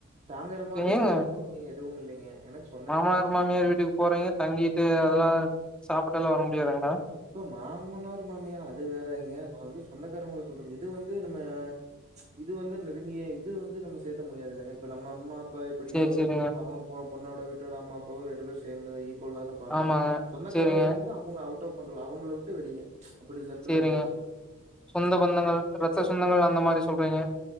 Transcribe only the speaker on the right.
தாங்கற மாதி
சொந்தமு இங்க எதுவும் இல்லைங்க எனக் சு
இப்ப மாமனாரு மாமியார் அது வேறங்க நா வந்து சொந்தக்காரவங்கள சொல்றே இது வந்து நம்ம இது வந்து நெருங்கிய இது வந்து நம்ம சேத்த முடியாததுல்லங்க இப்ப நம்ம அம்மா இப்ப எப்படியோ
அவங்க பொ பொண்ணோட வீட்டோட அம்மா அப்பாவு ரெண்டு பேரு சேமுதா ஈ க்கோளாதா பாக்கணு
சொந்தக்காரவ்ங்கறது
அவேங்க அவுட் ஆஃப் கன்ரோல் அவுங்கள விட்டு வெளிய அப்படி சர்க்கிள்ல
சொல்றங்க